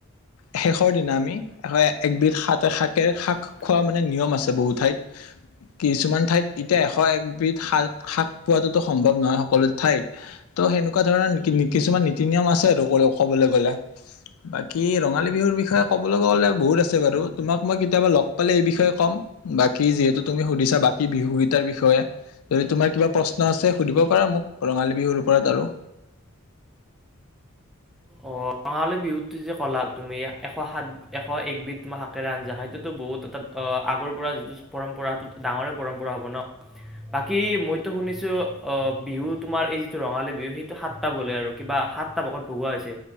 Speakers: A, on the left; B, in the centre.
A: শেষৰ দিনা আমি এশ একবিধ সাত এ সাক এই শাক
B: আৰু
A: খোৱা মানে নিয়ম আছে বহুত ঠাইত কিছুমান ঠাইত এতিয়া এশ একবিধ শাত শাক পোৱাতোতো সম্ভৱ নহয় সকলো ঠাইত ত' সেনেকুৱা ধৰণৰ কিছুমান নীতি নিয়ম আছে আৰু কবলৈ গ'লে। বাকী ৰঙালী বিহুৰ বিষয়ে ক'বলৈ গ'লে বহুত আছে বাৰু তোমাক মই কেতিয়াবা লগ পালে এই বিষয়ে ক'ম, বাকী যিহেতু তুমি সুধিছা বাকী বিহুকেইটাৰ বিষয়ে যদি তোমাৰ কিবা প্ৰশ্ন আছে সুধিব পাৰা মোক ৰঙালী বিহুৰ ওপৰত আৰু।
B: অঁ ৰঙালী বিহুটো যে ক'লা তুমি এশ সাত এশ একবিধ তোমাৰ শাকেৰে আঞ্জা খাই সেইটোতো বহুত অৰ্থাৎ আগৰ পৰা যিটো পৰম্পৰা সটো ডাঙৰে পৰম্পৰা হ'ব ন, বাকী মইতো শুনিছোঁ বিহু তোমাৰ এই যিটো ৰঙালী বিহু সেইটো সাতটা বোলে আৰু কিবা সাতটা ভাগত ভগোৱা হৈ চে,